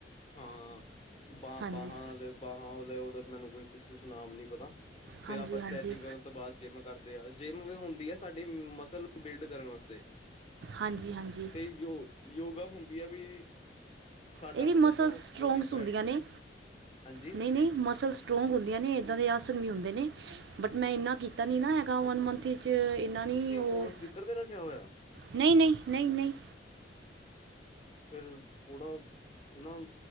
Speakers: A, on the left; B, on the right.
A: ਹਾਂ, ਬ
B: ਹਾਂਜੀ
A: ਬਾਹਾਂ ਬਾਹਾਂ ਵਾਲਾ ਉਹਦਾ ਮੈਨੂੰ, ਕੋਈ ਕੁਛ- ਕੁਛ ਨਾਮ ਨੀ ਪਤਾ ਫਿਰ
B: ਹਾਂਜੀ
A: ਆਪਾਂ ਸਟ੍ਰੈਚਿੰਗ ਕਰਨ ਤੋਂ ਬਾਅਦ ਜਿਮ ਕਰਦੇ ਹਾਂ। ਜਿਮ ਹੁੰਦੀ ਹੈ, ਸਾਡੀ ਮਸਲ ਬਿਲਡ ਕਰਨ ਵਾਸਤੇ,
B: ਹਾਂਜੀ ਹਾਂਜੀ
A: ਤੇ ਯੋ, ਯੋਗਾ ਹੁੰਦੀ ਆ ਵੀ ਸਾਡਾ
B: ਇਹ ਵੀ
A: ਮਤਲਬ
B: ਮਸਲਸ
A: ਜੋ
B: ਸਟਰੋਂਗਸ
A: ਬੋਡੀ ਫੈਟ
B: ਹੁੰਦੀਆਂ ਨੇ,
A: ਹਾਂਜੀ
B: ਨਹੀ -ਨਹੀ ਮਸਲਸ ਸਟਰੋਂਗ ਹੁੰਦੀਆਂ ਨੇ, ਇਦਾਂ ਦੇ ਆਸਣ ਵੀ ਹੁੰਦੇ ਨੇ, ਬਟ ਮੈ ਇੰਨਾ ਕੀਤਾ ਨਹੀ ਨਾ ਹੈਗਾ ਵਨ ਮੰਥ ਵਿੱਚ ਇੰਨਾ ਨਹੀ,
A: ਤੁਸੀਂ
B: ਉਹ
A: ਫੋਨ ਸਪੀਕਰ ਤੇ ਰੱਖਿਆ ਹੋਇਆ
B: ਨਹੀ- ਨਹੀ, ਨਹੀ- ਨਹੀ
A: ਫਿਰ ਥੋੜ੍ਹਾ ਨਾ,